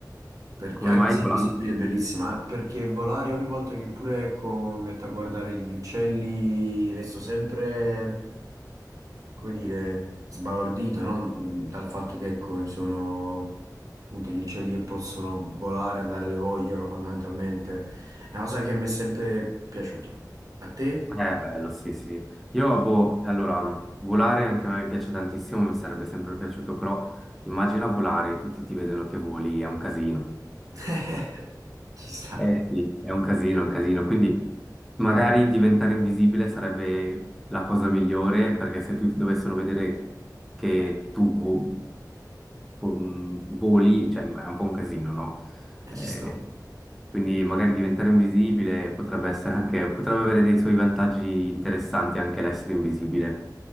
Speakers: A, on the right (about 55°); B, in the centre.
A: perché,
B: Come
A: anche
B: mai
A: se
B: volare?
A: è visibile è bellissima, eh, perché volare ogni volta che pure ecco, mi metto a guardare gli uccelli, resto sempre... come dire, sbalordito, no? Mm, Dal fatto che, ecco, ci sono appunto gli uccelli che possono volare, andare dove vogliono, fondamentalmente. È una cosa che mi è sempre piaciuta. A te?
B: Eh, bello, sì, sì. Io, boh, allora, volare anche a me piace tantissimo, mi sarebbe sempre piaciuto, però immagina volare, tutti ti vedono che voli, è un casino.
A: <laughs> Ci sta,
B: Eh sì, è un casino, è un casino. Quindi magari diventare invisibile sarebbe la cosa migliore perché se tutti dovessero vedere che tu vo- mm, voli, cioè è un po' un casino, no?
A: e
B: Eh,
A: ci sta,
B: quindi magari diventare invisibile potrebbe essere anche, potrebbe avere dei suoi vantaggi interessanti anche l'essere invisibile.